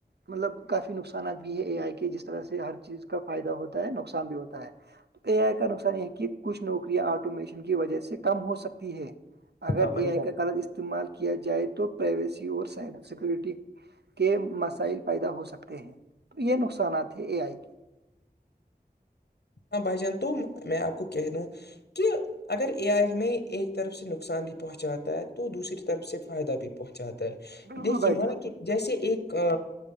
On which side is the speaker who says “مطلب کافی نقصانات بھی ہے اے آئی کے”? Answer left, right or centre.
Right